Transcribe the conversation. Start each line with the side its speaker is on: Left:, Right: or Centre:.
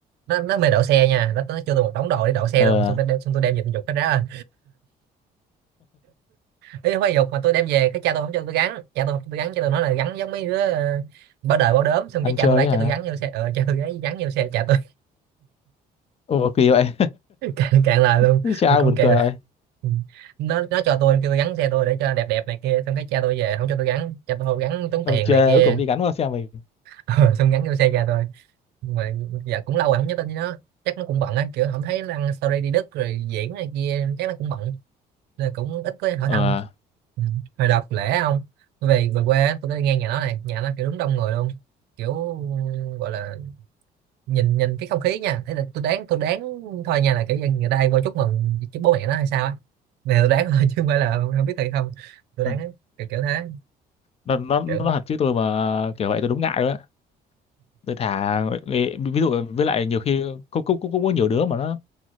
Right: nó nó mê đậu xe nha nó, nó cho tôi một đống đồ để đậu xe
Left: <laughs> ờ
Right: luôn mà xong tôi đem xong tôi đem về tôi giục cái ra ý không phải giục mà tôi đem về cái cha tôi không cho tôi gắn cha tôi không cho tôi gắn cha tôi nói là gắn giống mấy đứa ờ, bao đời bao đốm xong
Left: <laughs>
Right: cái
Left: ăn
Right: cha
Left: chơi
Right: tôi lấy
Left: hả
Right: cha tôi gắn vô xe ờ cha tôi lấy gắn vô xe cha tôi
Left: ủa kỳ vậy
Right: <laughs> càng càng lời luôn
Left: <laughs> sao
Right: tôi cũng
Left: buồn
Right: càng
Left: cười vậy
Right: Ừ. nó nó cho tôi kêu tôi gắn xe tôi để cho đẹp đẹp này kia xong cái cha tôi về không cho tôi gắn cha tôi không gắn tốn
Left: Ông
Right: tiền
Left: chê
Right: này kia
Left: cuối cùng đi gắn qua xe mình
Right: ờ, xong gắn vô xe cha tôi nhưng mà dạ cũng lâu rồi không nhắn tin với nó chắc nó cũng bận á kiểu không thấy đăng story đi Đức rồi diễn này kia chắc nó cũng bận nên cũng ít có hỏi
Left: ờ
Right: thăm ừ. hồi đợt lễ không tôi về về quê á, tôi có đi ngang nhà nó này nhà nó kiểu đúng đông người luôn kiểu gọi là nhìn nhìn cái không khí nha thế là tôi đoán tôi đoán thôi nha là kiểu dân người ta hay vô chúc mừng chứ bố mẹ nó hay sao á này tôi đoán <laughs> thôi chứ không phải là không, không biết thiệt không tôi
Left: Ừ.
Right: đoán á, kiểu kiểu thế
Left: nó nó nó
Right: kiểu
Left: hẳn chứ tôi mà kiểu vậy tôi đúng ngại rồi đấy tôi thà ví ví dụ với lại nhiều khi cũng cũng cũng cũng có nhiều đứa mà nó